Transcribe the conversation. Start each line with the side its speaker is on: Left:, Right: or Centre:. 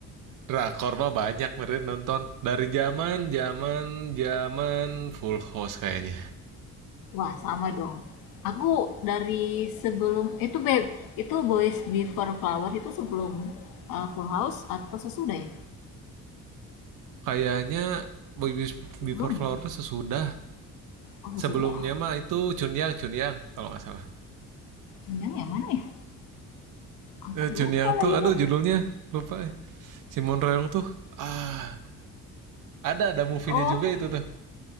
Right: Drakor mah banyak meren nonton dari zaman zaman zaman Full House kayaknya.
Left: Wah sama dong. Aku dari sebelum itu babe, itu Boys Before flowers itu sebelum uh, Full House atau sesudah ya?
Right: Kayaknya Boy Be-
Left: Sebelum
Right: Before Flowers
Left: ya?
Right: sesudah.
Left: Oh
Right: Sebelumnya
Left: sesudah.
Right: mah itu Chun Yang, Chun Yang kalau nggak salah.
Left: Jangan yang mana ya? Aku
Right: Eh, Chun
Left: lupa
Right: Yang
Left: lagi
Right: tuh aduh
Left: ya.
Right: judulnya lupa eh. Simon Reong tuh ah ada ada movie-nya
Left: Oh
Right: juga itu tuh.